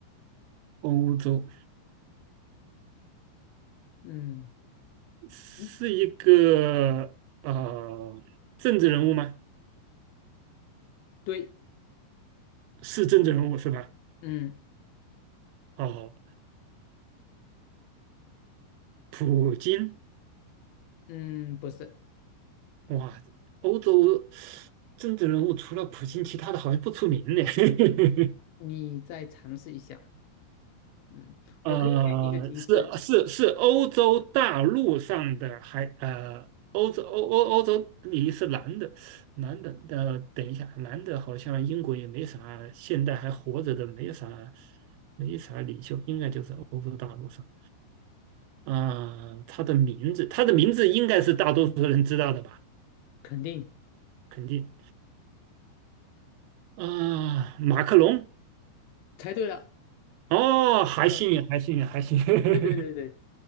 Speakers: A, on the right; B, on the left.
A: 欧洲
B: 嗯，
A: 是一个呃政治人物吗？
B: 嗯，对，
A: 是政治人物是吧？
B: 嗯
A: 哦，普京，
B: 嗯，不是，
A: 哇，欧洲政治人物除了普京，其他的好像不出名呢。<laughs>
B: 你再尝试一下，嗯，
A: 呃，
B: 我可以给你一个提示，
A: 是是是欧洲大陆上的还呃，欧洲欧欧欧洲你是男的，男的，呃，等一下，男的好像英国也没啥，现在还活着的没啥，没啥领袖，应该就是欧洲大陆上。啊、他的名字，他的名字应该是大多数人知道的吧？
B: 肯定
A: 肯定啊、马克龙，
B: 猜对了，
A: 哦，还幸运，
B: 嗯，
A: 还幸运，还幸运，
B: 对对对对，